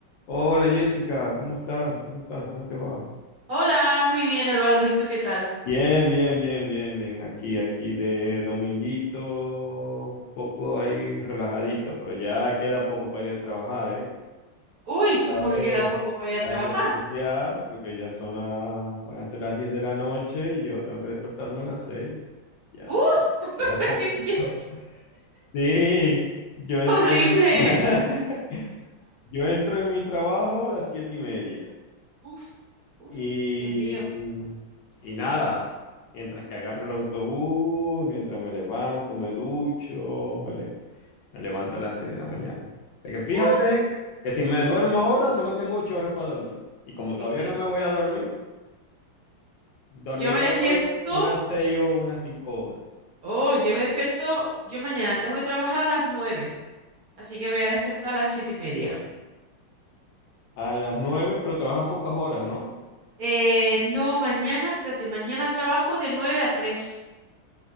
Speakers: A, on the left (about 70°); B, on the right (about 60°).
A: Hola Jessica, ¿cómo estás? ¿Cómo estás? ¿Cómo te va?
B: Hola, muy bien, Eduardo. ¿Y tú qué tal?
A: Bien, bien, bien, bien, bien. Aquí, aquí de dominguito, un poco ahí relajadito, pero ya queda poco para ir a trabajar, ¿eh?
B: Uy,
A: Cada
B: como
A: vez
B: que queda poco para ir
A: ya
B: a trabajar.
A: referenciada, porque ya son las, van a ser las 10 de la noche y yo tengo que despertarme a las 6. Ya
B: ¡Uy!
A: queda poquito.
B: <laughs> ¡Qué
A: Sí, yo entro
B: horrible!
A: en, <laughs>
B: ¿eh?
A: yo entro en mi trabajo a las 7 y media.
B: Uf, uf,
A: Y,
B: Dios mío.
A: y nada, mientras que agarro el autobús, mientras me levanto, me ducho, me, le- me levanto a las 6 de la mañana. De que fíjate
B: ¡Uh!
A: que si me duermo ahora, solo tengo 8 horas para dormir. Y como
B: Dite,
A: todavía no me voy a dormir, dormiré
B: yo me despierto.
A: hoy unas 6 o unas 5 horas.
B: Oh, yo me despierto. Yo mañana tengo que trabajar a las nueve, así que me voy a despertar a las siete y media.
A: A las 9 pero trabajas pocas horas, ¿no?
B: Eh, no, mañana, espérate, mañana trabajo de nueve a tres.